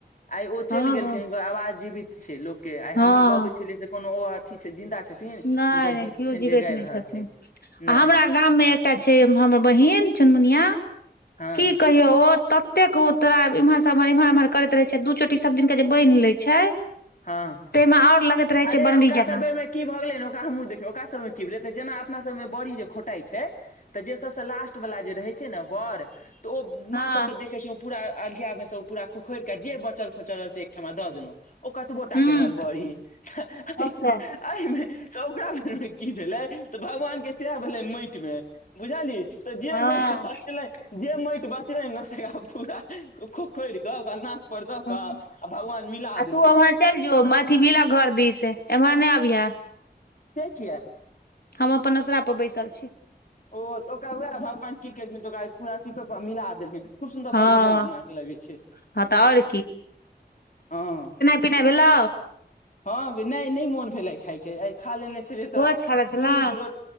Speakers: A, on the left (about 50°); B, on the left (about 65°).
A: आइ ओ
B: हँ
A: चलि गेलखिन
B: हँ
A: हुनकर आवाज जीवित छै लोकके आइ
B: हँ
A: हमही गबै छलियै से कोनो ओ अथी छै जिन्दा छथिन हुनकर
B: नहि नहि
A: गीत
B: केओ
A: छनि
B: जीबैत
A: जे गाबि
B: नहि
A: रहल
B: छथिन
A: छै
B: आ
A: नहि
B: हमरा गाम मे एकटा छै हमर बहिन चुनमुनिया
A: हँ
B: की कहियो ओ ततेक ओ तोरा इम्हर एमहर एम्हर एमहर कर रहे छै दू चोटी सब दिनक जे बनि लै छै
A: हँ
B: ताहिमे आओर लगैत रहै
A: अरे
B: छै बनरी
A: ओकरा
B: जकाँ
A: सब बेर मे की भऽ गेलै ने ओकरा हमहूँ देखियै ओकरा सभमे की भेलै तऽ जेना अपना सभमे बड़ी जे खोटाइ छै तऽ जे सबस लास्ट वालला जे रहै छै ने बर तऽ ओ
B: हँ
A: माँ सबके देखै छै पूरा अरियामे से ओ पूरा खोखरिकऽ जे बचल फोचल रहल से एकठमा दऽ देलहुँ ओ बो टाक
B: हूँ
A: रहल बड़ी <unintelligible> एहिमे
B: अच्छा
A: तऽ ओकरा बेर में की भेलै तऽ भगवान के सएह भेलनि मटि मे बुझलिय तऽ जे
B: हँ
A: मटि बछलै जे मटि बचले न से हो पूरा खोखोरिकऽ ओकरा ना पर द क
B: हँ
A: आ भगवान मिला
B: आ
A: देल
B: तू उम्हर चलि जो अथी बिला घर दिस एम्हर नहि अबिहे
A: से किया
B: हम अपन असरा पर बैसल छी
A: ओ ओकरा उएह भगवान की केलखिन तऽ ओरा पूरा ची मिला देलखिन खुब सुन्दर
B: हँ
A: बड़ी जेना नाक लगै छै
B: हँ तऽ आओर
A: हँ
B: पना भेल ल
A: हँ नहि नहि मोन भेलै खायके आ खा लेने छलियै तोरा
B: भोज खा ले छलौं
A: दूध रोट